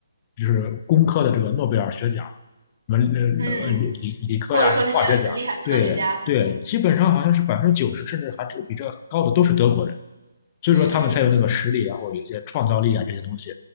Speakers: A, on the left; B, on the right.
A: 就是工科的这个诺贝尔学奖。什么呃呃理理理科呀、
B: 嗯，或者说那些很厉害的科学家，
A: 这化学奖，对对，
B: 嗯嗯
A: 基本上好像是百分之九十，甚至还是比这高的都是德国人，所以说他们才有那个实力啊，
B: 嗯嗯
A: 然后有一些创造力啊这些东西，